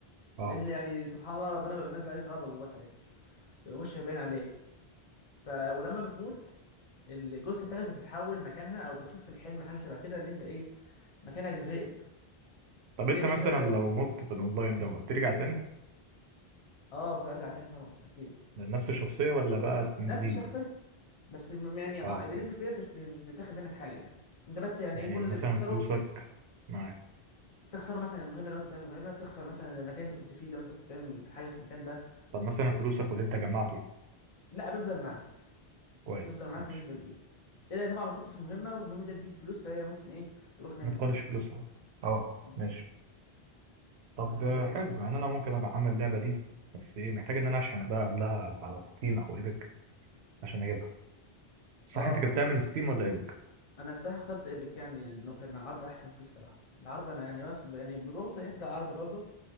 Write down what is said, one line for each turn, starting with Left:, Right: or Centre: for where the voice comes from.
Right: اه
Left: لان يعني سبحان الله ربنا بيبقى نزل عليك غضبه بقى ساعتها بيبقى وشك باين عليه ف ولما بتموت الجثه بتاعتك بتتحول مكانها او بتشوف في الحلم حاجه شبه كده ان انت ايه مكانك ذئب
Right: طب
Left: ذئب
Right: انت مثلا
Left: كده
Right: لو مت في الاونلاين دوت ترجع تاني
Left: اه بيرجع تاني طبعا اكيد
Right: لنفس الشخصيه ولا بقى من
Left: نفس
Right: جديد
Left: الشخصيه بس م- يعني ع-
Right: اه
Left: بالنسبه
Right: فهمت
Left: كبيره انت مش مش بتاخد منك حاجه يعني انت بس يعني
Right: يعني
Left: ايه كل
Right: مثلا
Left: اللي بتخسره
Right: فلوسك معاك
Left: بتخسر مثلا المهمه لو انت بتعمل مهمه بتخسر مثلا المكان انت كنت فيه لو انت كنت بتعمل حاجه في المكان ده
Right: طب مثلا فلوسك واللي
Left: كده
Right: انت جمعته
Left: لا بيفضل معاك
Right: كويس
Left: بيفضل معاك
Right: ماشي
Left: بنسبه كبيره الا طبعا لو كنت في مهمه والمهمه دي تديك فلوس فهي ممكن ايه تروح منك
Right: ما تاخدش
Left: يعني
Right: فلوسها اه
Left: آه،
Right: ماشي طب
Left: عشان
Right: آه،
Left: كده بقول
Right: حلو
Left: لك يعني
Right: يعني انا ممكن ابقى احمل اللعبه دي بس ايه محتاج ان انا اشحن بقى قبلها على ستيم او ايبك عشان اجيبها صح
Left: اه
Right: انت جبتها
Left: انت
Right: من ستيم ولا ايبك
Left: انا الصراحه اخترت ايبك يعني لانه كان عرض احسن فيه الصراحه العرض انا يعني بس يعني ببص لحته العرض برضه